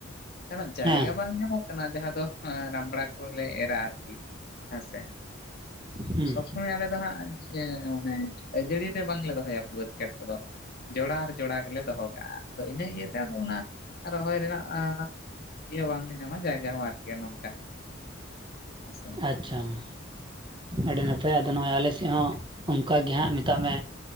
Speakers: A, on the left; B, on the right.
A: ᱚᱱᱠᱟᱱᱟᱜ ᱡᱟᱭᱜᱟ
B: ᱦᱮᱸ
A: ᱵᱟᱝ ᱧᱟᱢᱚᱜ ᱠᱟᱱᱟ ᱡᱟᱦᱟᱸ ᱫᱚ ᱨᱟᱢᱵᱲᱟ ᱠᱚᱨᱮ ᱞᱮ ᱮᱨᱟ ᱟᱨᱠᱤ ᱦᱮᱸᱥᱮ
B: ᱦᱮᱸ
A: ᱥᱚᱸᱜᱮ ᱟᱞᱮ ᱫᱚ ᱦᱟᱸᱜ ᱪᱮᱜ ᱢᱟᱱᱮ ᱟᱹᱡᱟᱹᱲᱤ ᱛᱮ ᱵᱟᱝᱞᱮ ᱫᱚᱦᱚᱭᱟ ᱵᱟᱹᱫᱽ ᱠᱷᱮᱛ ᱠᱚᱫᱚ ᱡᱚᱲᱟ ᱟᱨ ᱡᱚᱲᱟ ᱜᱮᱞᱮ ᱫᱚᱦᱚ ᱠᱟᱜᱼᱟ ᱟᱫᱚ ᱤᱱᱟᱹ ᱤᱭᱟᱹ ᱛᱮ ᱟᱫᱚ ᱚᱱᱟ ᱨᱚᱦᱚᱭ ᱨᱮᱱᱟᱜ ᱟᱸᱻ ᱪᱮᱫ ᱦᱚᱸ ᱵᱟᱝᱞᱮ ᱧᱟᱢᱟ ᱡᱟᱭᱜᱟ ᱦᱚᱸ ᱟᱨᱠᱤ ᱱᱚᱝᱠᱟ ᱦᱮᱸᱥᱮ
B: ᱟᱪᱪᱷᱟ ᱢᱟ ᱟᱹᱰᱤ ᱱᱟᱯᱟᱭ ᱟᱫᱚ ᱱᱚᱜᱼᱚᱭ ᱟᱞᱮ ᱥᱮᱫ ᱦᱚᱸ ᱚᱝᱠᱟ ᱜᱮ ᱦᱟᱸᱜ ᱢᱮᱛᱟᱜ ᱢᱮ